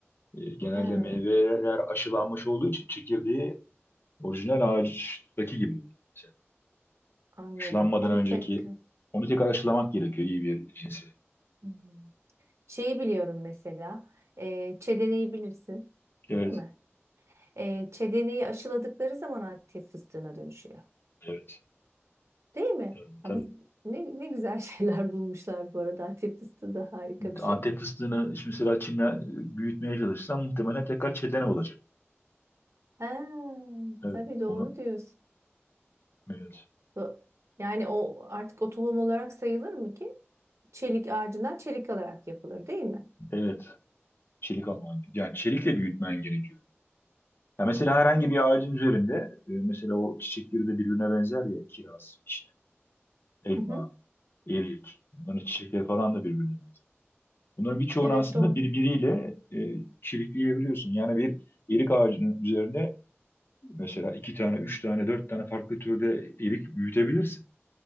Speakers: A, on the left; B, on the right.
A: E, genelde
B: Ha,
A: meyveler aşılanmış olduğu için çekirdeği orijinal ağaçtaki gibi oluyor. Mesela
B: anladım.
A: aşılanmadan
B: Onu
A: önceki
B: tek
A: onu tekrar aşılamak gerekiyor iyi bir cinsi.
B: Hmm. şeyi biliyorum mesela. E, çedeneyi bilirsin,
A: Evet,
B: değil mi? E, çedeneyi aşıladıkları zaman Antep fıstığına dönüşüyor.
A: evet,
B: Değil mi?
A: evet, tabii.
B: Ya bu ne, ne güzel şeyler <laughs> bulmuşlar bu arada. Antep fıstığı da harika bir
A: Antep
B: şey.
A: fıstığını şimdi mesela çimle büyütmeye çalışsan muhtemelen tekrar çedene olacak.
B: Ha,
A: Evet.
B: tabii doğru
A: onu,
B: diyorsun.
A: evet,
B: Do- Yani o artık o tohum olarak sayılır mı ki? Çelik ağacından çelik alarak yapılır değil mi?
A: evet. Çelik alman gerekiyor. Yani çelikle büyütmen gerekiyor. Ya mesela herhangi
B: Evet.
A: bir ağacın üzerinde, e, mesela o çiçekleri de birbirine benzer ya, kiraz, işte, elma,
B: Hı hı.
A: erik. Bunların çiçekleri falan da birbirine benzer. Bunların birçoğunu
B: Evet
A: aslında
B: doğru.
A: birbiriyle e, çirikleyebiliyorsun. Yani bir erik ağacının üzerine mesela iki tane, üç tane, dört tane farklı türde erik büyütebilirsin.